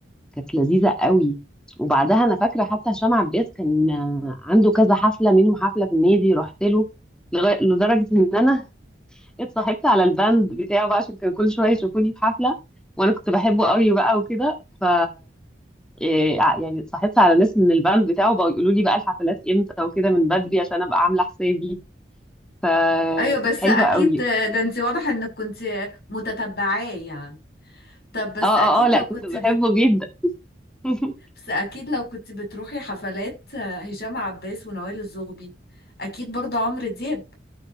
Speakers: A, in the centre; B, on the left.
A: كانت لذيذة قوي وبعدها أنا فاكرة حتى هشام عباس كان آه، عنده كذا حفلة منهم حفلة في النادي رحت له لغاية لدرجة إن أنا <laughs> اتصاحبت على الباند بتاعه بقى عشان كان كل شوية يشوفوني في حفلة وأنا كنت بحبه قوي بقى وكده ف إيه، ع- يعني اتصاحبت على ناس من الباند بتاعه بقوا يقولوا لي بقى الحفلات إمتى وكده من بدري عشان أبقى عاملة حسابي فكانت
B: ايوه بس
A: حلوة
B: اكيد
A: قوي
B: ده انت واضح انك كنت متتبعاه يعني طب بس
A: اه اه
B: اكيد
A: اه لا
B: لو
A: كنت
B: كنت
A: بحبه
B: بت...
A: جدا <laughs>
B: بس اكيد لو كنت بتروحي حفلات هشام عباس ونوال الزغبي اكيد برضه عمرو دياب